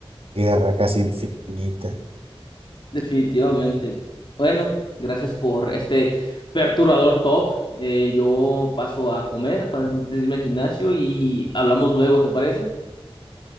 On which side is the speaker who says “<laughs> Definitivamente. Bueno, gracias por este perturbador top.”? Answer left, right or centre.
Left